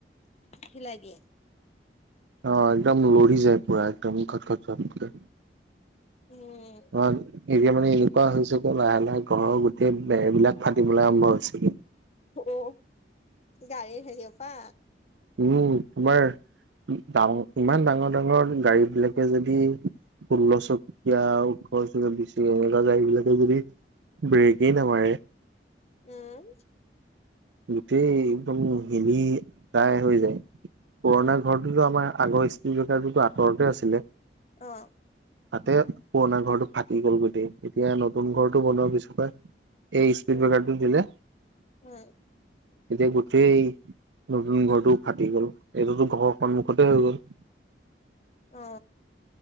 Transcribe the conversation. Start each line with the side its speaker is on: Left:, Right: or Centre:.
Left: হিলাই দিয়ে
Right: অ একদম লৰি যায় পুৰা একদম ঘত ঘত ঘত কে
Left: উম
Right: অ এতিয়া মানে এনেকুৱা হৈ হৈছে ক লাহে লাহে ঘৰৰ গোটেই বেৰবিলাক ফাটিবলৈ আৰম্ভ হৈছে গে।
Left: অ গাড়ীৰ হেৰিঅ পা
Right: উম তোমাৰ ডাঙ ইমান ডাঙৰ ডাঙৰ গাড়ী বিলাকে যদি ষোল্ল চকীয়া ওঠৰ চকিয়া বিছ চকিয়া এনেকুৱা গাড়ী বিলাকে যদি ব্ৰেকেই নামাৰে
Left: উম
Right: গোটেই একদম হিলি প্ৰায় হৈ যায় পুৰণা ঘৰটোতো আমাৰ আগৰ স্ত্ৰী জোটা যোট আঁতৰতে আছিলে
Left: অ
Right: তাতে পুৰণা ঘৰটো ফাটি গ'ল গৈটেই এতিয়া নতুন ঘৰটো বনোৱা পিছপাই এই স্পিড
Left: উম
Right: ব্ৰেকাৰটো দিলে
Left: উম
Right: এতিয়া গোটেই নতুন ঘৰটো ফাটি গ'ল এইটোতো ঘৰৰ সন্মুখতে হৈ গ'ল
Left: অ